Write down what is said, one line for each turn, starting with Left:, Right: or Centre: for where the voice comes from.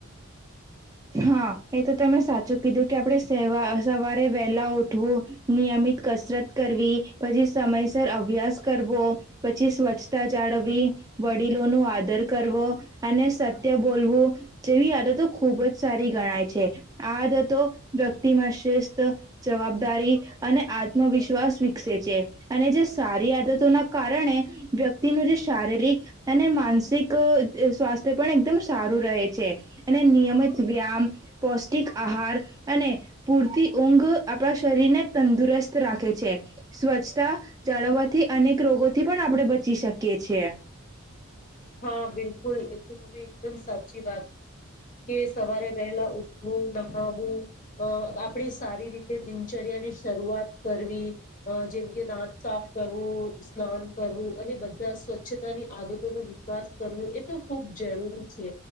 Right: હા એ તો તમે સાચું કીધું કે આપણે સેવા અ સવારે વહેલા ઉઠવું નિયમિત કસરત કરવી પછી સમયસર અભ્યાસ કરવો પછી સ્વચ્છતા જાળવી વડીલો નુ આદર કરવો અને સત્ય બોલવું જેવી આદતો ખૂબ જ સારી ગણાય છે આદતો વ્યક્તિમાં શિસ્ત જવાબદારી અને આત્મવિશ્વાસ વિકસે છે અને જે સારી આદતોના કારણે વ્યક્તિનું ત્રીસા શારીરિક અને માનસિક એ સ્વાસ્થ્ય પણ એકદમ સારું રહે છે અને નિયમિત વ્યામ પૌષ્ટિક આહાર અને પૂરતી ઊંઘ આપણા શરીરને તંદુરસ્ત સ્વસ્થ રાખે છે સ્વચ્છતા જાળવવાથી અનેક રોગોથી પણ આપણે બચી શકીએ છીએ
Left: હા બિલકુલ એ તો તમે એકદમ સાચી વાત કે સવારે વહેલા ઉઠવું નહાવું અ આપડી સારી રીતે દિનચર્યાની શઆત કરવી અ જેમકે દાંત સાફ કરવું સ્નાન કરવું અને બધા સ્વચ્છતાની આદતોનું વાત કરવુ એ તો ખૂબ જરૂરી છે